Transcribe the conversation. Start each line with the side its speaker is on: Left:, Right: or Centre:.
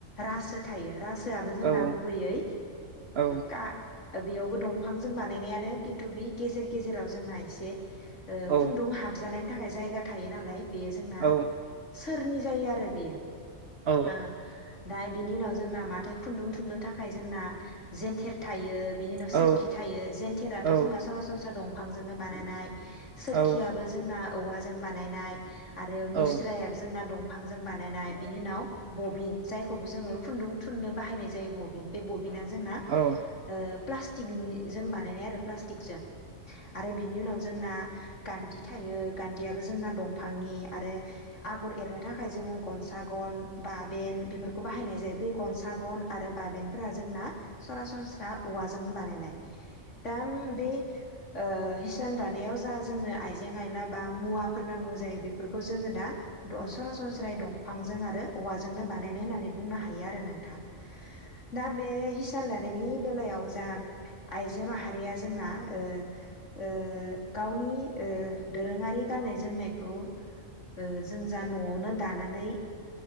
Left: राजसो थायो रास सोआबो जोंना
Right: औ औ
Left: गुबैयै
Right: औ
Left: का बेयावबो दंफांजों बानायनायानो खिन्थु बे गेजेर गेजेराव जोंना एसे ओ
Right: औ
Left: खुन्दुं हाबजानायनि था थाखाय जायगा थायो नालाय बेयो जोंना
Right: औ
Left: सोरनि जायो आरो बियो
Right: औ
Left: आ दा बिनि उनाव जोंना माथाय खुन्दुं थुननो थाखाय जोंना जेेनथेर थायो बिनि उनाव सोरखि
Right: औ
Left: थायो जेेनथेराथ'
Right: औ
Left: जोंना सरासनस्रा दं फांजोंनो बानायनाय सोरखियाबो
Right: औ औ
Left: जोंना औवाजों बानायनाय आरो मुस्रायाबो
Right: औ
Left: जोंना दं बिफांजों बानायनाय बिनि उनाव बबिन जायखौबो जोङो खुन्दुं थुननो बाहायनाय जायो बबिन बे बबिना जोंना
Right: औ
Left: ओ प्लास्टिकनि जों बानायनाय आरो प्लास्टिकजों आरो बिनि उनाव जोंना गान्दि थायो गान्दियाबो जोंना दंफांनि आरो आगर एरनो था थाखाय जोङो गनसा गन बाबेन बेफोरखौ बाहायनाय जायो बे गनसा सागन आरो बाबेनफोरा जोंना सरासनस्रा औवाजोंनो बानायनाय दा बे ओ हिसान दानायाव जा जोंनो आइजें आइला बा मुवाफोर नांगौ जायो बेफोरखौ जोङो दा द' सरासनस्रायै दं फांजों आरो औवाजोंनो बानायनाय होननानै बुंनो हायो आरो नों थां दा बे हिसा हिसान दानायनि बेलायाव जा आइजो माहारिया जोंना ओ ओ गावनि ओ दोरोङारि गान्नाय जोमनायखौ ओ जों जा न'आवनो दानानै